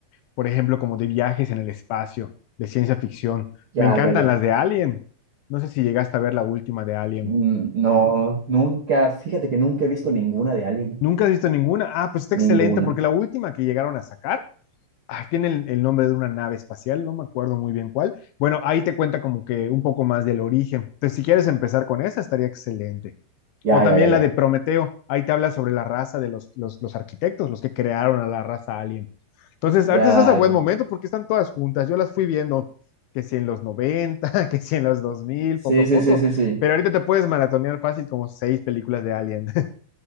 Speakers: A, on the left (about 75°); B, on the right (about 45°).
A: por ejemplo, como de viajes en el espacio, de ciencia ficción.
B: Ya,
A: Me encantan
B: ya, ya.
A: las de Alien. No sé si llegaste a ver la última de Alien.
B: Mm, No, nunca, fíjate que nunca he visto ninguna de Alien.
A: ¿Nunca has visto ninguna? Ah, pues está
B: Ninguna.
A: excelente, porque la última que llegaron a sacar Ay, tiene el, el nombre de una nave espacial, no me acuerdo muy bien cuál. Bueno, ahí te cuenta como que un poco más del origen. Entonces, si quieres empezar con esa, estaría excelente.
B: Ya,
A: O también
B: ya, ya, ya.
A: la de Prometeo, ahí te habla sobre la raza de los, los, los arquitectos, los que crearon a la raza alien. Entonces, ahorita
B: Ya,
A: estás a buen
B: ya, ya.
A: momento porque están todas juntas. Yo las fui viendo, que si en los 90, <laughs> que si en los dos mil,
B: Sí,
A: poco a
B: sí,
A: poco.
B: sí, sí, sí.
A: Pero ahorita te puedes maratonear fácil como seis películas de Alien. <laughs>